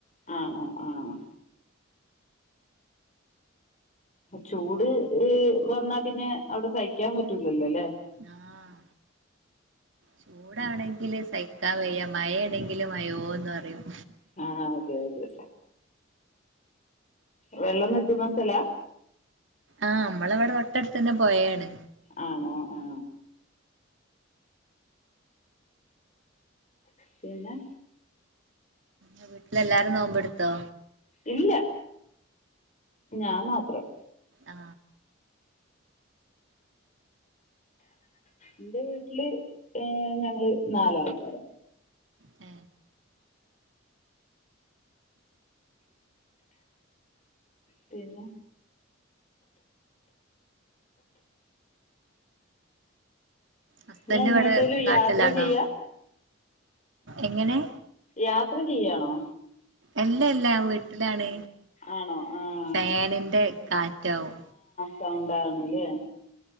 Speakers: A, on the left; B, on the right.
A: ആഹ ആഹ ആഹ് ചൂട് വന്നാ പിന്നെ അവിടെ സഹിക്കാൻ പറ്റൂലല്ലോ അല്ലേ <inaudible>
B: ആഹ് ചൂടാണെങ്കില് സഹിക്കാൻ വയ്യ മഴയാണെങ്കില് മഴയോന്ന് പറയും
A: ആഹ് അതെ അതെ വെള്ളം നിൽക്കുന്ന സ്ഥലാ
B: ആഹ് നമ്മള അവിടെ തൊട്ടടുത്ത് തന്നെ പൊഴയാണ്
A: ആണോ ആ പിന്നെ
B: എ വീട്ടിലെല്ല <unintelligible> നോമ്പ് എടുത്തോ
A: ഇല്ല ഞാൻ മാത്രം
B: ആ
A: എൻ്റെ വീട്ടില് ഏ ഞങ്ങള് നാലാൾക്കാര
B: എ
A: പിന്നെ
B: ഹസ്ബൻഡ്
A: നിങ്ങൾ എങ്ങോട്ടേലും
B: ഇവിടെ നാട്ടിലാണോ
A: യാത്ര ചെയ്യാ
B: എങ്ങനെ
A: യാത്ര ചെയ്യാണോ
B: എല്ല എല്ലാ വീട്ടിലാണ്
A: ആണോ ആഹ്
B: ഫാനിന്റെ കാറ്റാവും
A: സൗണ്ട് കാണുല്ലേ